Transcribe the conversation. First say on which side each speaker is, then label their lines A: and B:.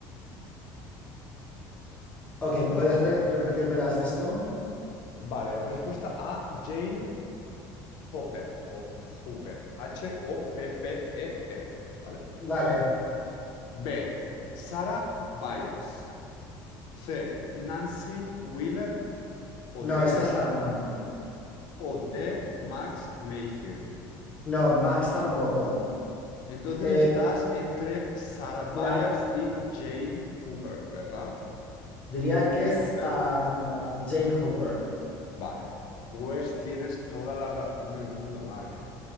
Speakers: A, on the left; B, on the left.
A: Ok, ¿puedes re- repetirme las de esto?
B: Vale, respuesta A, Jane Hopper o Hooper, H-O-P-P-E-R, ¿vale?
A: Vale,
B: B, Sarah Byers. C, Nancy Wheeler o
A: No,
B: D,
A: esta es la hermana.
B: o D, Max Mayfield.
A: No, Max tampoco.
B: Entonces
A: Eh,
B: estás entre Sarah Byers
A: la...
B: y Jane Hooper, ¿verdad?
A: diría que es
B: Hopper.
A: a Jane Hooper.
B: Vale. Pues tienes toda la razón del mundo, Mark.